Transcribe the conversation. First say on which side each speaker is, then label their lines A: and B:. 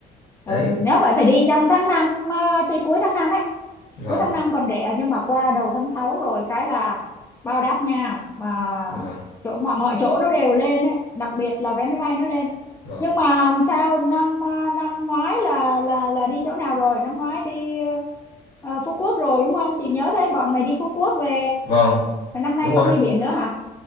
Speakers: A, on the left; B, on the left.
A: ừ
B: đấy
A: nếu vậy phải đi trong tháng năm à, thì cuối tháng năm ấy
B: vâng
A: cuối tháng năm còn rẻ nhưng mà qua đầu tháng 6 rồi cái là bao đắt nha mà
B: vâng
A: chỗ mọi mọi chỗ nó đều lên ấy đặc biệt là vé máy bay nó lên
B: vâng
A: nhưng mà sao năm à, năm ngoái là là là đi chỗ nào rồi năm ngoái đi ờ, Phú Quốc rồi đúng không chị nhớ thấy bọn mày đi Phú Quốc về
B: vâng
A: năm nay
B: đúng rồi
A: không đi biển nữa hả